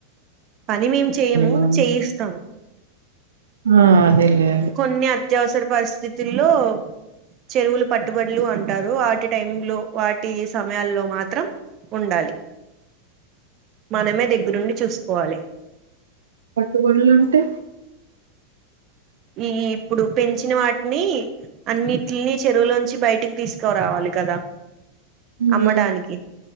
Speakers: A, on the right; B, on the right.
A: పని మేము చేయము
B: బాగుంది
A: చేయిస్తాము
B: ఆ అదేలేే
A: కొన్ని అత్యవసర పరిస్థితుల్లో చెరువులు పట్టుబడులు అంటారు వాటి టైం లో వాటి సమయాల్లో మాత్రం ఉండాలి మనమే దగ్గరుండి చూసుకోవాలి
B: పట్టుబడులు అంటే
A: ఈ ఇప్పుడు పెంచిన వాటిని అన్నిట్లీని చెరువులోంచి బయటికి తీసుకోరావాలి కదా
B: ఉహు
A: అమ్మడానికి